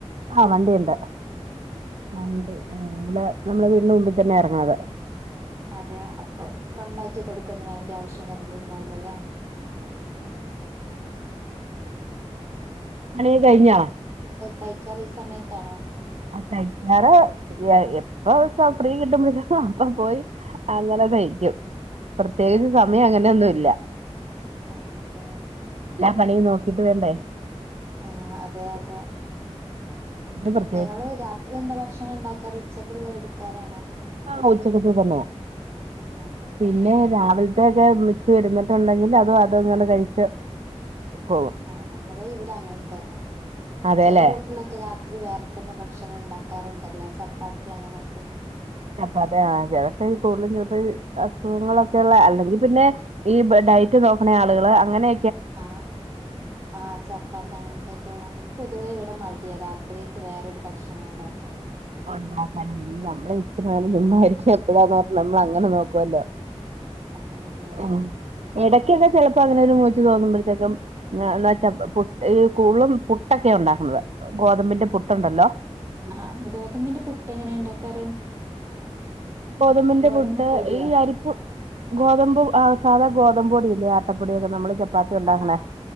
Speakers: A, on the right; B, on the right.
A: ആ വണ്ടിയൊണ്ട് ആ വണ്ടി ആ വള് നമ്മള് വീടിന് മുമ്പി തന്നെ എറങ്ങ്ണത്
B: അതെ അപ്പൊ ക്കെഇണ്ടാക്കി കൊടുക്കൊന്നു വേണ്ട്യ ആവശ്യം വര്ല് ഇണ്ടാവൂലല്ലേ
A: പണീക്ക കഴിഞ്ഞാ
B: കൈക്കറി സമയത്താണോ
A: ആ തൈക്കാറ് എ എപ്പം സൗ ഫ്രീ കിട്ടുമ്പൊളത്തപ്പൊ അപ്പം പോയി അങ്ങനെ തയ്ക്കും പ്രത്യേകിച്ച് സമയം അങ്ങനെ ഒന്നും ഇല്ല
B: ആഹ് അതെ
A: പണി നോക്കിട്ട് വേണ്ടേ
B: ആഹ് അതെ അതെ
A: എന്നെപറഞ്ഞ
B: നിങ്ങള് രാത്രി എന്താ ഭക്ഷണം ഇണ്ടാക്കാറ് ഉച്ചക്കൊള്ള എട് ക്കാരാണോ
A: ആ ഉച്ചകത്തെ തന്നോ
B: അതെയോ
A: പിന്നെ രാവിൽ ട്ടേജെ മിച്ച് വരുന്നിട്ടൊണ്ടെങ്കിൽ അതും അതും ഇങ്ങനെ കഴിച്ച് പോകും
B: ആ നമ്മള് ഇവിടെ അങ്ങനെ തന്നെ
A: അതെല്ലേ
B: ചെല വീട്ടിലൊക്കെ രാ ത്തിരി വേറെ തന്നെ ഭക്ഷണം ഇണ്ടാക്കാറുണ്ടല്ലോ ചപ്പാത്തി അങ്ങനെയൊക്കെ
A: ചപ്പാത്ത് ആ <unintelligible> അതൊക്കെ കൂടുതലും ചെലപ്പോ ഈ അസുഖങ്ങളൊക്കൊ ഒള്ള അല്ലെങ്കി പിന്നെ ഈ ഡയറ്റ് നോക്കണ ആളുകള് അങ്ങനെ
B: ആ ആ ചപ്പാത്ത് അങ്ങനത്തൊക്കെ അമുക്ക് പൊതുവേ ഇവിടെ മടിയാ രാത്രിയേക്ക് വേറൊരു ഭക്ഷണം ഉണ്ടാക്കാന്
A: ര നമ്മളെ ഇത്ര നിലം മുമയിരിക്കും എപ്പോഴാന്ന് പറഞ്ഞ നമ്മൾ അങ്ങനെ നോക്കുവല്ലോ
B: ആ അതെ
A: ആഹ് ഇടയ്ക്കൊക്കെ ചെിലപ്പോ അങ്ങനെൊ ഒരു മൂച്ച് തോന്നുമ്പോഴത്തേക്കും എാ വച്ചാ പു ഈ കൂടുതും പുട്ടൊക്കെ ഉണ്ടാക്കുന്നത് ഗോതമ്പിന്റെ പുട്ടുണ്ടല്ലോ
B: ആ് ഗോതമ്പിന്റെ പുട്ട എങ്ങനെ ഉണ്ടാക്കാറ്
A: ഗോതമ്പിന്റെ
B: ഗോതമ്പ്
A: പുട്ട്
B: പൊടിയോ?
A: ഈ അരിപ്പ് ഗോതമ്പ് സാധാരണ ഗോതമ്പ പൊടില്ല ആട്ടപ്പൊടൊക്കെ നമ്മള് ചപ്പാത്തി ഉണ്ടാക്കണേ
B: അ അ